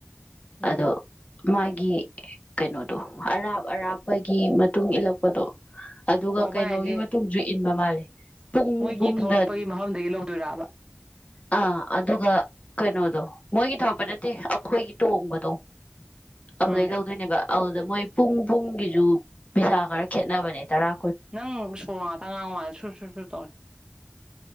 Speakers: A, on the right; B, on the left.
A: ꯎꯝ
B: ꯑꯗꯣ ꯃꯥꯒꯤ ꯀꯩꯅꯣꯗꯣ ꯑꯔꯥꯞ ꯑꯔꯥꯞꯄꯒꯤ ꯇꯨꯡ ꯏꯜꯂꯛꯄ ꯣ ꯑꯗꯨꯒ
A: ꯑꯣ
B: ꯀꯩꯅꯣꯒꯤ
A: ꯃꯥ ꯍꯥꯏꯁꯦ
B: ꯃꯇꯨꯡꯁꯨ ꯃ ꯃꯥꯜꯂꯦ ꯄꯨꯡ
A: ꯃꯣꯏꯒꯤ
B: ꯄꯨꯡꯗ
A: ꯊꯧꯔꯛꯄꯒꯤ ꯃꯐꯝꯗꯒꯤ ꯂꯧꯗꯣꯏꯔꯕ
B: ꯑꯥ ꯑꯗꯨꯒ ꯀꯩꯅꯣꯗꯣ ꯃꯣꯏꯒꯤ ꯊꯧꯔꯛꯄ ꯅꯠꯇꯦ ꯑꯩꯈꯣꯏꯒꯤ ꯇꯣꯡꯕꯗꯣ ꯑꯗꯨꯗꯩ
A: ꯎꯝ
B: ꯂꯧꯧꯗꯣꯏꯅꯦꯕ ꯑꯗꯨꯗ ꯃꯣꯏ ꯄꯨꯡ ꯄꯨꯡꯒꯤꯁꯨ ꯄꯩꯁꯥ ꯈꯔ ꯈꯦꯠꯅꯕꯅꯦ ꯇꯔꯥ ꯀꯨꯟ
A: ꯅꯪ ꯁꯣꯔ ꯉꯥꯛꯇ ꯉꯥꯡꯉꯗ ꯁꯨꯔ ꯁꯨ ꯁ ꯇ